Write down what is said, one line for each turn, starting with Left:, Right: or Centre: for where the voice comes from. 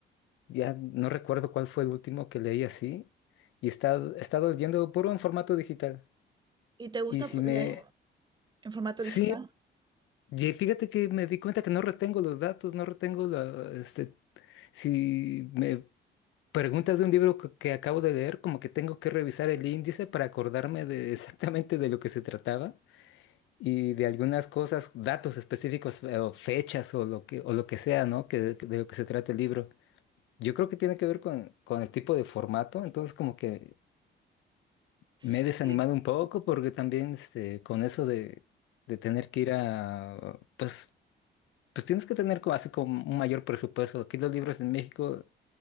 Left: Ya no recuerdo cuál fue el último que leí así y he estado, he estado leyendo puro en formato digital.
Right: ¿Y te gusta
Left: Y si
Right: f-
Left: me
Right: leer en formato
Left: sí,
Right: digital?
Left: y fíjate que me di cuenta que no retengo los datos, no retengo la este si me preguntas de un libro que, que acabo de leer, como que tengo que revisar el índice para acordarme de <laughs> exactamente de lo que se trataba. y de algunas cosas, datos específicos eh, o fechas o lo que, o lo que sea, ¿no? Que, de de lo que se trata el libro. Yo creo que tiene que ver con, con el tipo de formato, entonces como que me
Right: Sí.
Left: he desanimado un poco porque también este, con eso de, de tener que ir a, pues, pues tienes que tener como, así como un mayor presupuesto. Aquí los libros en México